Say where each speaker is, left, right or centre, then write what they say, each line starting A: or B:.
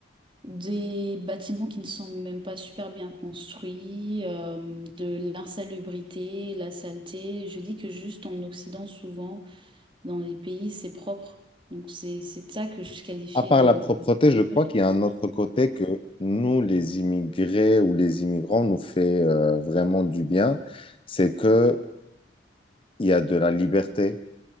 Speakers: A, on the right (about 25°); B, on the left (about 30°).
A: des bâtiments qui ne sont même pas super bien construits, euh, de l'insalubrité, la saleté. Je dis que juste en Occident, souvent, dans les pays, c'est propre. Donc c'est c'est de ça que je qualifiais
B: À part
A: de,
B: la propreté,
A: de de
B: je crois
A: moche.
B: qu'il y a un autre côté que nous, les immigrés ou les immigrants, nous fait euh, vraiment du bien, c'est que il y a de la liberté